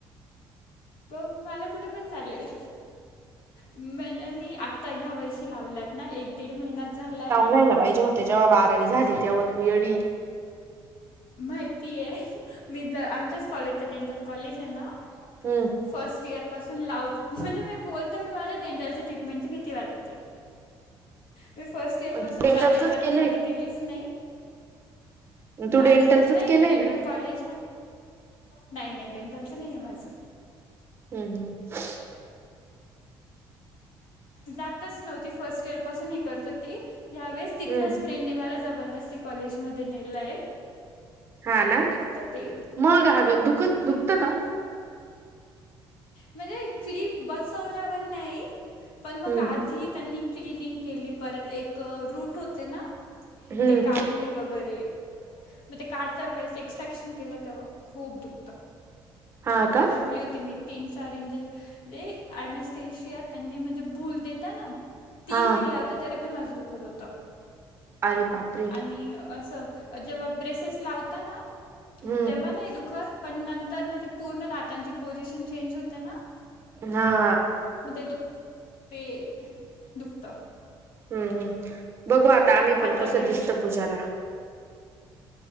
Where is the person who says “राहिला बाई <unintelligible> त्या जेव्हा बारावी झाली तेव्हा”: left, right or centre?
Right